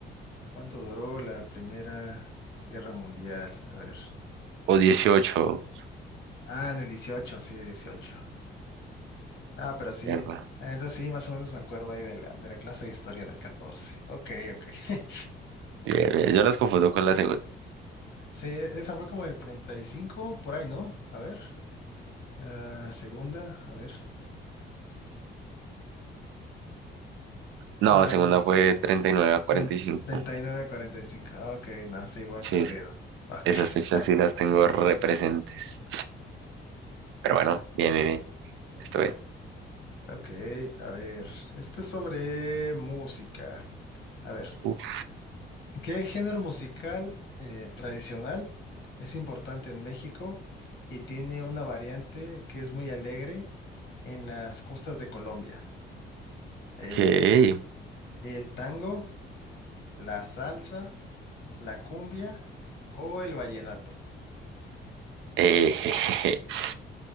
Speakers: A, on the left (about 75°); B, on the right (about 80°).
A: ¿Cuánto duró la Primera Guerra Mundial? A ver.
B: o dieciocho,
A: Ah, en el 18, sí, 18. No, pero sí,
B: Epa,
A: ent- ah, entonces sí, más o menos me acuerdo ahí de la, de la clase de historia en el 14. Ok, ok. <laughs>
B: Bien, bien, yo las confundo con la segunda.
A: Sí, e, esa fue como el 35, por ahí, ¿no? A ver. La segunda, a ver.
B: No,
A: No,
B: la segunda
A: no,
B: fue treinta y nueve a cuarenta
A: de-
B: y cinco,
A: 39, 45. Ok, no, sí, igual
B: Sí,
A: perdido.
B: es-
A: Ok,
B: esas fechas
A: <laughs>
B: sí las tengo representes. Pero bueno, bien, bien, bien. Esto bien.
A: ok, a ver. Esto es sobre música. A ver.
B: Uf,
A: ¿Qué género musical eh, tradicional es importante en México y tiene una variante que es muy alegre en las costas de Colombia? Eh,
B: ok.
A: ¿el tango, la salsa, la cumbia o el vallenato?
B: Eh, <laughs>